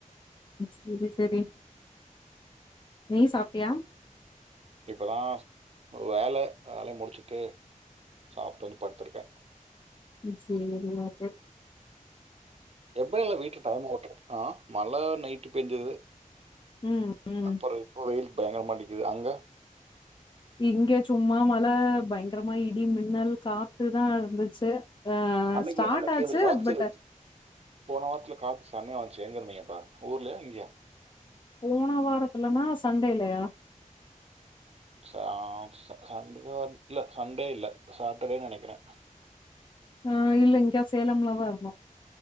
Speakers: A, on the left (about 35°); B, on the right (about 45°).
A: <unintelligible> செரி நீ சாப்ட்டியா
B: இப்பதா வேல வேலைய முடிச்சிட்டு சாப்ட்டு வந்து படுத்துருக்கே
A: இட்ஸ் சேவ் யூர் மதர்
B: எப்பய்ல வீட்ல தலே ஓட்டறது ஆ மல நைட்டு் பேஞ்சது
A: ம் ம்
B: அப்புறோ இப்ப வெயில் பயங்கரமா அடிக்குது அங்க
A: இங்க சும்மா மழ பயங்கரமா இடி மின்னல் காத் துதா இருந்துச்சு அ
B: அன்னைக்கு
A: ஸ்டார்ட்
B: அன்னைக்கு
A: ஆச்சு
B: இந்த காத்து
A: பட்
B: போன வாரத்துல காத் சமையா வன்சு எங்க இருந்தீங்க அப்ப ஊர்லயா இங்ஙயா
A: போன வாரத்துலனா சண்டேலயா
B: சான்சு டெய்லியூ வர்து இல்ல சண்டே இல்ல சாட்டர்டே நெனைக்கிறே
A: ஆ இல்ல ‌இங்கா சேலம்லா தா இருக்கோ